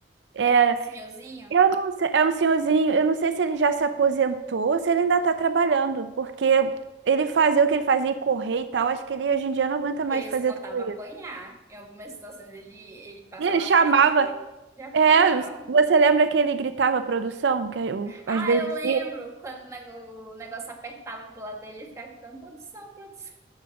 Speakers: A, on the right; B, on the right.
A: Era.
B: Que era tipo o senhorzinho.
A: Eu não sei, é um senhorzinho, eu não sei se ele já se aposentou ou se ele ainda tá trabalhando, porque ele fazia o que ele fazia e correr e tal. Acho que ele hoje em dia não aguenta mais
B: Ele
A: fazer
B: só faltava
A: tudo
B: apanhar.
A: isso.
B: Em algumas situações ele, ele passava
A: E ele chamava.
B: perto de, de apanhar.
A: É,
B: ó.
A: você lembra que ele gritava a produção? Que eu,
B: Ah,
A: às vezes.
B: eu lembro quando o nego- o negócio apertava pro lado dele, ele ficava gritando, produção, produção.